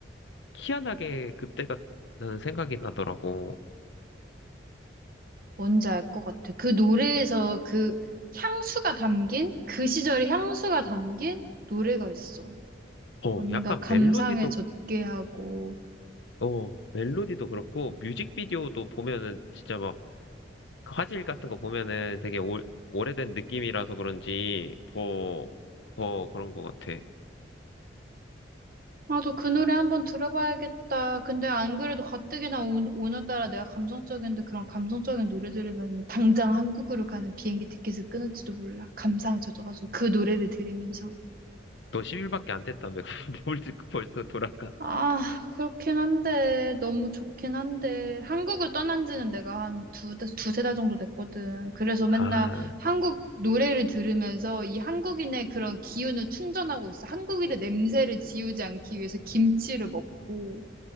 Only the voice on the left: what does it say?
희한하게 그때가 나는 생각이 나더라고.
어,
약간
멜로디도,
어, 멜로디도 그렇고, 뮤직비디오도 보면은 진짜 막그 화질 같은 거 보면은 되게 오, 오래된 느낌이라서 그런지 더, 더 그런 것 같아.
너 10일밖에 안 됐다며. <laughs> 뭘 지금 벌써 돌아가.
아,